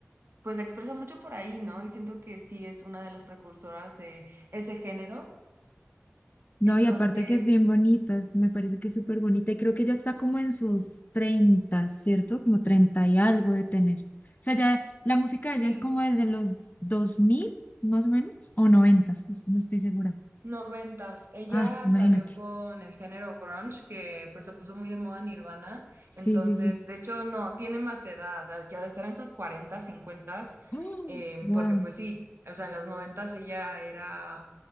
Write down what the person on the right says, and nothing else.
pues se expresa mucho por ahí, ¿no? Y siento que sí es una de las precursoras de ese género.
Entonces,
sí,
noventas. Ella
salió con el género grunge, que pues lo puso muy de moda Nirvana.
Entonces,
de hecho, no, tiene más edad, ya de estar en sus cuarentas, cincuentas,
em,
porque pues sí, o sea, en los noventas ella era